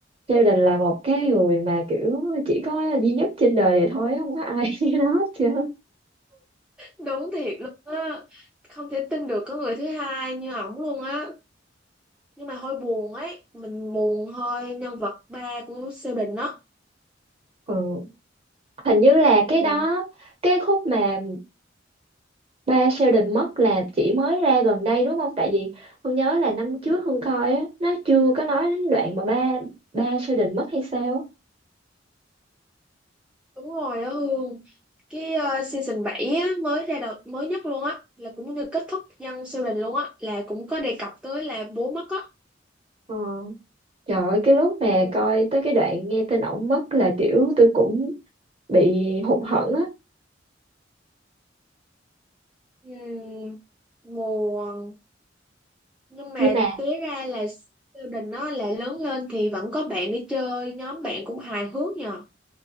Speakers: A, on the right (about 30°); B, in the centre.
A: Sheldon là một cái người mà kiểu chỉ có duy nhất trên đời này thôi không có ai <laughs> như nó hết trơn.
B: đúng thiệt luôn á không thể tin được có người thứ hai như ổng luôn á nhưng mà hơi buồn ấy mình buồn hơi nhân vật ba của Sơ Bình đó
A: Ừ hình như là
B: ừ,
A: cái đó cái khúc mà Ba Sheldon mất là chỉ mới ra gần đây đúng không? Tại vì Hương nhớ là năm trước Hương coi á, nó chưa có nói đến đoạn mà ba ba Sheldon mất hay sao á.
B: đúng rồi á Hương cái ờ, season 7 á, mới ra đầu mới nhất luôn á là cũng như kết thúc dân siêu đình luôn á là cũng có đề cập tới là bố mất á
A: Ờ. Trời ơi, cái lúc mà
B: ừ,
A: coi tới cái đoạn nghe tin ổng mất là kiểu tôi cũng bị hụt hẫng á.
B: ừ, buồn nhưng mà
A: Nhưng mà
B: tế ra là siêu đình nó là lớn lên thì vẫn có bạn đi chơi nhóm bạn cũng hài hước nhờ